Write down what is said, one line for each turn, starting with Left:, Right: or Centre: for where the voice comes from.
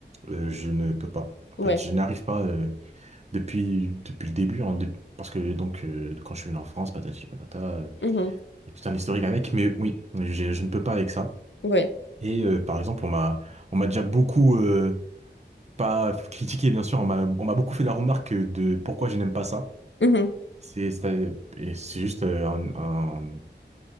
Right: euh, je ne peux pas. En
Left: Ouais,
Right: fait, je n'arrive pas euh, depuis depuis le début, hein, de- parce que donc euh, quand je suis venu en France, patati patata, euh,
Left: Mhm.
Right: il y a tout un historique avec. Mais oui, je je ne peux pas avec ça.
Left: ouais,
Right: Et euh, par exemple, on m'a on m'a déjà beaucoup euh, pas critiqué, bien sûr, on m'a on m'a beaucoup fait la remarque de pourquoi je n'aime pas ça.
Left: Mhm.
Right: C'est c'est euh, et c'est juste euh, un, un-